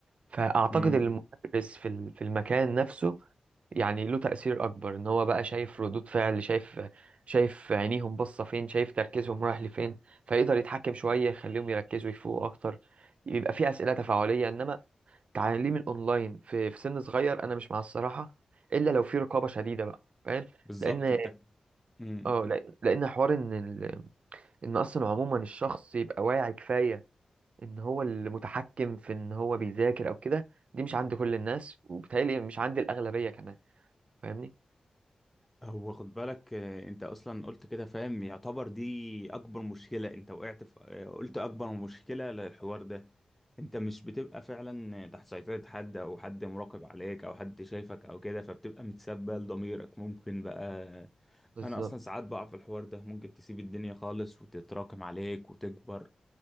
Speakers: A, on the right; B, in the centre.
A: فاعتقد
B: امم
A: ان المدرس في ال- في المكان نفسه يعني له تأثير اكبر ان هو بقى شايف ردود فعل شايف شايف عينيهم باصه فين شايف تركيزهم رايح لفين فيقدر يتحكم شويه يخليهم يركزوا يفوقوا اكتر يبقى في اسئله تفاعليه انما تعليم الاونلاين في في سن صغير انا مش مع الصراحه الا لو في رقابه شديده بقى فاهم
B: بالظبط
A: لان
B: انت امم
A: اه لان لأن حوار ان ال- ان اصلا عموما الشخص يبقى واعي كفايه ان هو المتحكم في ان هو بيذاكر او كده دي مش عند كل الناس وبالتالي مش عند الاغلبيه كمان فاهمني
B: هو خد بالك آه، انت اصلا قلت كده فاهم يعتبر دي اكبر مشكلة انت وقعت في آه، قلت اكبر مشكلة للحوار ده انت مش بتبقى فعلا تحت سيطرة حد او حد مراقب عليك او حد شايفك او كده فبتبقى متسبة لضميرك ممكن بقى آه،
A: بالظبط
B: انا اصلا ساعات بقع في الحوار ده ممكن تسيب الدنيا خالص وتتراكم عليك وتكبر